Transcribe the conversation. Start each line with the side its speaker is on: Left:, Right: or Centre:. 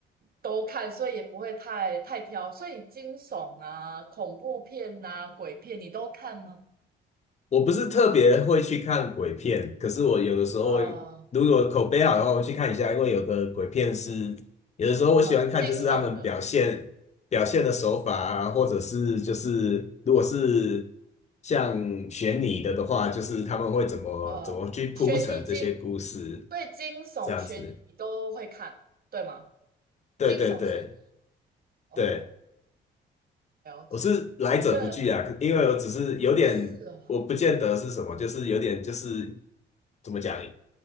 Right: 都看，所以也不会太太挑。所以惊悚啊、恐怖片呐、鬼片你都看吗？
Left: 我不是特别会去看鬼片，可是我有的时候会如果口碑好的话，
Right: 啊、
Left: 我会去看一下，因为有的鬼片是，有的时候我喜欢看，
Right: 嗯，惊悚的，
Left: 就是他们表现表现的手法啊，或者是就是如果是像悬疑的的话，就是他们会怎么怎么去铺陈这些故事，
Right: 呃，悬疑惊，对，惊悚、
Left: 这样子。
Right: 悬疑你都会看，对吗？
Left: 对对对
Right: 惊悚、悬疑，哦，
Left: 对，
Right: 了解，
Left: 我是来者不拒啊，
Right: 因为
Left: 因为我只是有点，
Right: 我是哦，
Left: 我不见得是什么，就是有点就是怎么讲。